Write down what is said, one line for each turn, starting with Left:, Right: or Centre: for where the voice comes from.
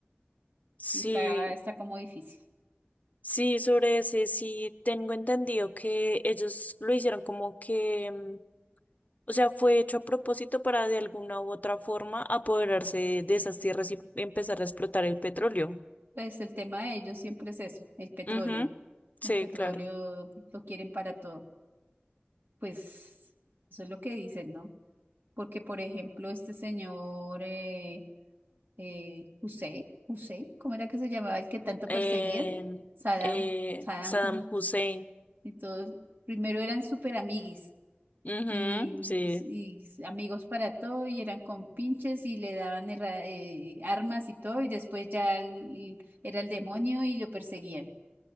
Left: sí,
Right: y está, está como difícil.
Left: sí, sobre ese sí tengo entendido que ellos lo hicieron como que, mm, o sea, fue hecho a propósito para de alguna u otra forma apoderarse de esas tierras y empezar a explotar el petróleo.
Right: Pues el tema de ellos siempre es eso, el petróleo.
Left: Ujú, sí,
Right: El petróleo
Left: claro.
Right: lo quieren para todo. Pues eso es lo que dicen, ¿no? Porque, por ejemplo, este señor eh, eh, Hussein, Hussein, ¿cómo era que se llamaba el que tanto
Left: Eh,
Right: perseguían? Saddam,
Left: eh,
Right: Saddam
Left: Saddam
Right: Hussein
Left: Hussein.
Right: y todos. Primero eran súper amiguis
Left: Ujú,
Right: y,
Left: sí,
Right: y amigos para todo y eran con pinches y le daban herra- eh, armas y todo y después ya el- era el demonio y lo perseguían.